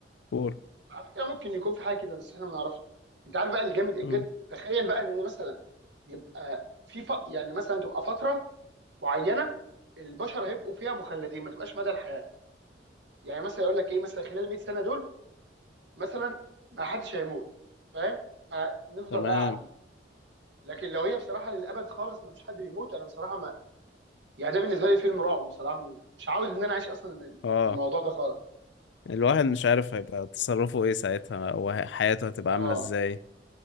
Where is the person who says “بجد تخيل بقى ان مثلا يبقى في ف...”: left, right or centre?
Right